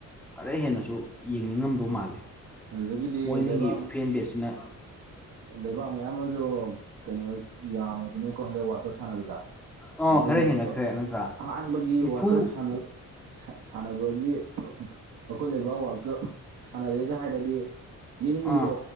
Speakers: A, in the centre; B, on the right (about 85°).
A: ꯈꯔ ꯍꯦꯟꯅꯁꯨ ꯌꯦꯡꯅꯤꯡꯉꯝꯗꯧ
B: ꯎꯝ
A: ꯃꯥꯜꯂꯦ
B: ꯑꯗꯨꯗꯒꯤꯗꯤ
A: ꯃꯣꯏ ꯑꯅꯤꯒꯤ
B: ꯂꯩꯕꯥꯛ
A: ꯐꯦꯟ ꯕꯦꯒꯁꯤꯅ
B: ꯂꯩꯕꯥꯛ ꯃꯌꯥꯝ ꯑꯃꯁꯨ ꯀꯩꯅꯣ ꯌꯥꯝꯃꯕꯅꯤꯀꯣ ꯍꯟꯗꯛ ꯋꯥꯜꯀꯞ ꯁꯥꯟꯅꯕꯗ꯫
A: ꯑꯣ
B: ꯑꯗꯨꯒꯤꯗꯣ
A: ꯈꯔ ꯍꯦꯟꯒꯠꯈ꯭ꯔꯦ ꯅꯠꯇ꯭ꯔꯥ
B: ꯑꯍꯥꯟꯕꯒꯤ
A: ꯅꯤꯐꯨ
B: ꯋꯥꯔꯜ ꯀꯞ ꯁꯥꯟꯅ ꯁꯥꯟꯅꯕꯒꯤ ꯑꯩꯈꯣꯏ ꯂꯩꯕꯥꯛ ꯋꯥꯔꯜꯗ ꯀꯞ꯫ ꯁꯥꯟꯅꯔꯦꯒ ꯍꯥꯏꯔꯗꯤ ꯌꯦꯡꯅꯤꯡꯕꯤꯗꯣ
A: ꯑꯥ